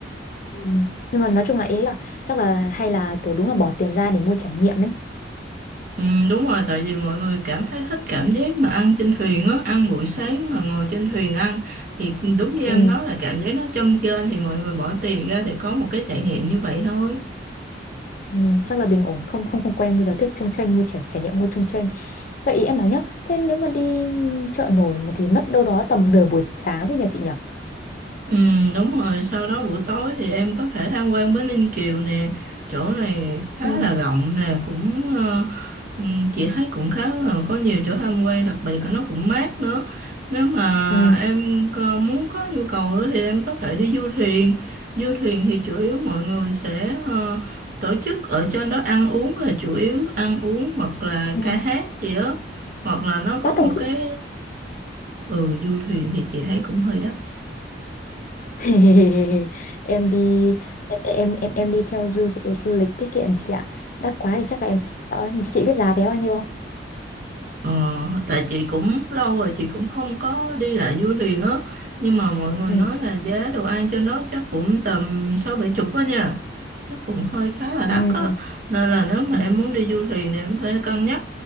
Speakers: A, on the left; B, on the right.
A: ừ. Nhưng mà nói chung là ý là chắc là hay là kiểu đúng là bỏ tiền ra để mua trải nghiệm ấy.
B: ừ, đúng rồi tại vì mọi người cảm thấy thích cảm giác mà ăn trên thuyền á ăn buổi sáng mà ngồi trên thuyền ăn thì đúng như em
A: Ừ,
B: nói là cảm giác nó châm chênh thì mọi người bỏ tiền ra để có một cái trải nghiệm như vậy thôi
A: ừ. Chắc là bình ổn không không không quen bây giờ thích trông chênh mua trải trải nghiệm mua trông chênh. Vậy ý em bảo nhá, thế nếu mà đi chợ nổi mà thì mất đâu đó tầm nửa buổi sáng thôi nhà chị nhở?
B: Ừ, đúng rồi, sau đó buổi tối thì em có thể tham quan Bến Ninh Kiều nè, chỗ này khá
A: Ừ,
B: là rộng nè, cũng ờ, ừm, chị thấy cũng khá là có nhiều chỗ tham quan, đặc biệt là nó cũng mát nữa. Nếu mà
A: ừ,
B: em có- muốn có nhu cầu nữa thì em có thể đi du thuyền. Du thuyền thì chủ yếu mọi người sẽ ờ, tổ chức ở trên đó ăn uống là chủ yếu, ăn uống hoặc là
A: ừ.
B: ca hát gì đó, hoặc là nó
A: Tắt
B: có một
A: không chị?
B: cái ừ du thuyền thì chị thấy cũng hơi đắt.
A: <laughs> Em đi em em em đi theo du du lịch tiết kiệm chị ạ. Đắt quá thì chắc là em sợ. Chị biết giá vé bao nhiêu không?
B: Ờ, tại chị cũng lâu rồi chị cũng không có đi lại du thuyền á nhưng mà mọi người
A: ừ
B: nói là giá đồ ăn trên đó chắc cũng tầm sáu bảy chục đó nha chắc cũng hơi khá là đắt
A: ừ
B: á nên là nếu mà
A: ừ
B: em muốn đi du thuyền thì em có thể cân nhắc